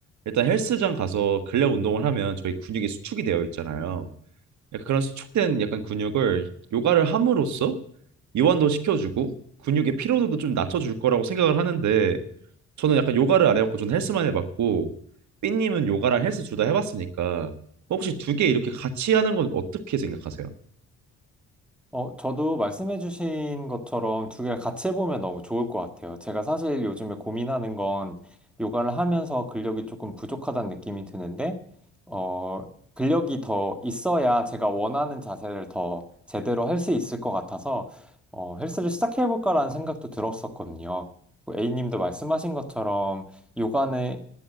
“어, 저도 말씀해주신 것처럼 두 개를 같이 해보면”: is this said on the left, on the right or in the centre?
Centre